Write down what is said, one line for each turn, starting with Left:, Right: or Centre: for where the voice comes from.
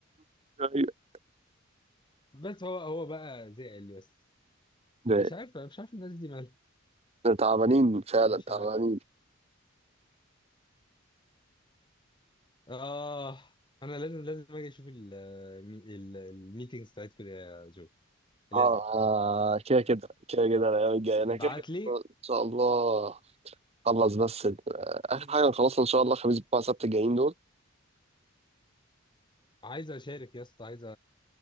Right: أيوة.
Left: بس هو هو بقى زعل يا اسطى
Right: ده-
Left: مش عارف انا مش عارف الناس دي مالها
Right: ده تعبانين فعلا
Left: مش
Right: تعبانين
Left: عارف اه انا لازم لازم اجي اشوف ال- ال- الميتينجز بتاعتكم كده يا جو لازم
Right: اه آه، كده كده كده كده الايام الجايه انا
Left: ابعت
Right: كده كده
Left: لي
Right: ان شاء الله خلص بس ال- آه، اخر حاجه نخلصها ان شاء الله خميس بتوع سبت الجايين دول
Left: عايز اشارك يا اسطى عايز